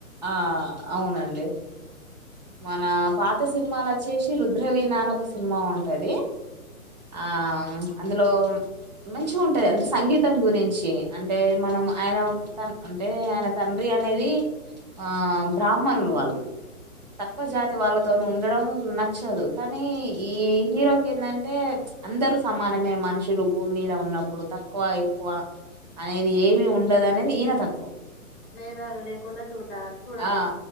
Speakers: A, on the right (about 30°); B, on the left (about 25°).
A: ఆ అవునండి మన పాత సినిమాలు వచ్చేసి రుద్రవీణ అని ఒక సినిమా ఉంటది ఆమ్ అందులో మంచి ఉంటాయి అంటే సంగీతం గురించి అంటే మన్ నం ఆయన ఒక తన్ అంటే ఆయన తండ్రి అనేది ఆ బ్రాహ్మణుల వాళ్ళు తక్కువ జాతి వాళ్ళతోనే ఉండడం నచ్చదు కానీ ఈ హీరోకి ఎందంటే అందరు సమానమే మనుషులు భూమి మీద ఉన్నప్పుడు తక్కువ ఎక్కువ అనేది ఏమి ఉండదు అనేది ఈయన తత్వం
B: మేధాలు లేకుండా చూడ్డల్ చూడాలి
A: ఆ